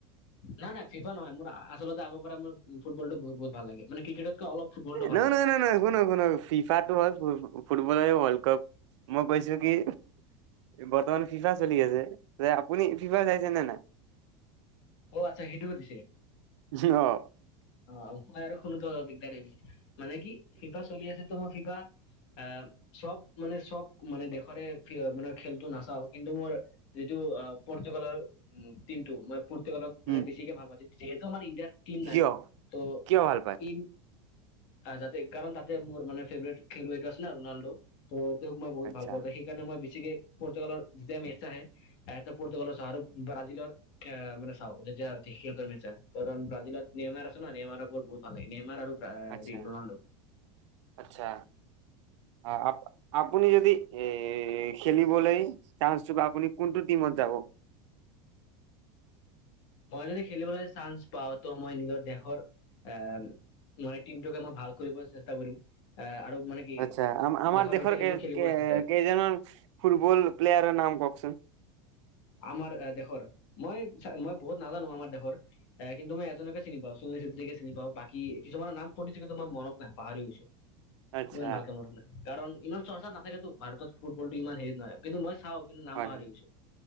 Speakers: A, on the left; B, on the right.
A: নাই নাই ফিফা নহয় মোৰ আচলতে আগৰ পৰা মোৰ ফটবলটো বহুত ভাল লাগে, মানে ক্ৰিকেটতকে অলপ ফুটবলটো ভাল
B: নাই
A: লাগে
B: নাই নাই নাই, শুনক শুনক ফিফাটো হ'ল ফুটবলৰে ৱৰ্ল্ড কাপ মই কৈছো কি বৰ্তমান ফিফা চলি আছে যে আপুনি ফিফা চাইছে নে নাই? <inaudible>
A: অ', আচ্ছা সেইটো সুধিছে।
B: যি অ'।
A: অ', মই আৰু শুনোতো দিগদাৰ হৈ গৈছে, মানে কি ফিফা চলি আছে তো মই ফিফা আহ চব মানে চব মানে দেশৰে মানে খেলটো নাচাও কিন্তু মোৰ যিটো পৰ্তুগালৰ উ টিমটো মান লত মানে
B: উম
A: বেছিকে ভাল পা, যিহেতু আমাৰ ইণ্ডিয়াৰ টিম
B: কিয়
A: নাই ত'
B: কিয় ভাল পায়?
A: ই যাতে কাৰণ তাতে মোৰ মানে ফেভৰেট খেলুৱৈটো আছে ন ৰনাল্ডো ত' মই বহত
B: আচ্ছা
A: ভাল পাওঁ সেইকাৰণে মই বেছিকে পৰ্তুগালৰ যেতিয়া মেটচ আহে পৰ্তুগালৰ চাহ আৰু ব্ৰাজিলৰ এ মানে চাওঁ যেতিয়া কাৰণ ব্ৰাজিলত নেইমাৰ আছে, নেইমাৰক বহুত ভাল লাগে নেইমাৰ আৰু
B: আচ্ছা,
A: হেৰি ৰনাল্ডো
B: আচ্ছা, অ', আ আপুনি যদি এ খেলিবলৈ চান্সটো বা, আপুনি কোনটো টিমত যাব?
A: মই যদি খেলিবলৈ চান্স পাওঁ তো মই নিজৰ দেশৰ আহ মই টিমটোকে মই ভাল কৰিবলৈ চেষ্টা কৰিম আহ আৰু মানে কি
B: আচ্ছা আমাৰ দেশৰ
A: সৈতে
B: কেইজনৰ
A: মই খেলিব চেষ্টা কৰিম
B: ফুটবল প্লেয়াৰৰ নাম কওঁকচোন উ
A: আমাৰ এ দেশৰ মই মই বহুত নাজানো আমাৰ দেশৰ এ কিন্তু মই এজনকে চিনি পাওঁ সুনীল ছেত্ৰীকে চিনি পাওঁ, বাকী কিছুমানৰ নাম শুনিছো কিন্তু মোৰ মনত নাই পাহৰি গৈছো
B: আচ্ছা
A: ইমান ভালকে মনত নাই কাৰণ ইমান চৰ্চাত নাথাকেতো ভাৰতত ফুটবলটো ইমান হেৰি নহয়, কিন্তু মই চাওঁ কিন্তু নাম
B: হয়
A: পাহৰি গৈছো।